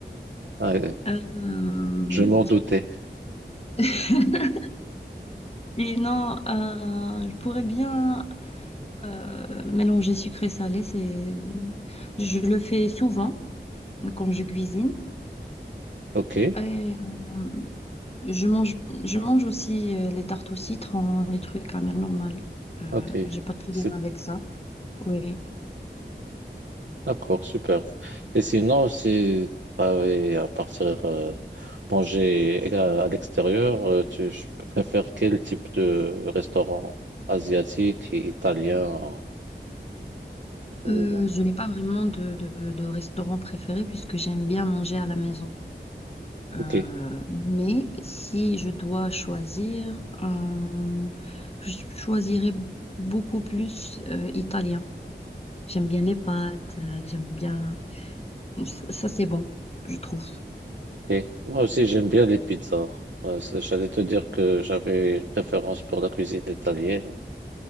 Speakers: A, on the right (about 80°); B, on the left (about 35°).
A: Ah, euh,
B: Euh,
A: je m'en doutais.
B: <laughs> Et non, euh, je pourrais bien euh, mélanger sucré-salé. C'est, je le fais souvent quand je cuisine.
A: Ok,
B: Et euh, je mange, je mange aussi euh, les tartes au citron, les trucs à mère normale. Euh,
A: ok,
B: j'ai pas de problème
A: c'est
B: avec ça. Oui.
A: d'accord, super. Et sinon, si tu avais à partir euh, manger à, à l'extérieur, euh, tu je préfères quel type de restaurant asiatique, italien ou...
B: Euh, je n'ai pas vraiment de, de, de restaurant préféré puisque j'aime bien manger à la maison. Euh,
A: Ok.
B: mais si je dois choisir, euh, je choisirais beaucoup plus euh, italien. J'aime bien les pâtes, euh, j'aime bien... Ça, ça, c'est bon, je trouve.
A: Ok. Moi aussi, j'aime bien les pizzas. Ouais, c'est- J'allais te dire que j'avais une préférence pour la cuisine italienne.